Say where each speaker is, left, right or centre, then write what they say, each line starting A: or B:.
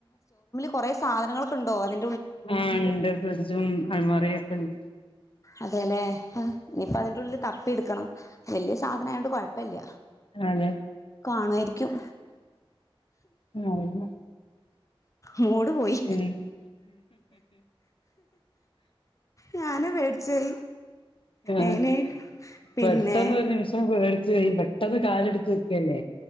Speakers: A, on the left (about 35°); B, on the left (about 65°).
A: കുറെേ സാധനങ്ങൾ ഒകെ ഉണ്ടോ അതി
B: ആ ണ്ട് ഫ്രിഡ്ജും അൽമാറയൊക്കെണ്ട്
A: അതെല്ലെ ഇനിയിപ്പോ അതിന്റെ ഉള്ളിൽ തപ്പി എടുക്കണം വല്യ സാധനായോണ്ട് കുഴപ്പല്യ
B: അതെ
A: കാണായിരിക്കും
B: ആ അതന്നെ
A: മൂട് പോയി
B: ഉ
A: ഞാന് പേടിച്ചോയി
B: ആ
A: എങ്ങനെ
B: <inaudible>
A: പിന്നെ
B: പെട്ടെന്ന് ഒരു നിമിഷം പേടി <inaudible> പെട്ടെന്ന് കാല് എടുത്ത് വെക്കല്ലേ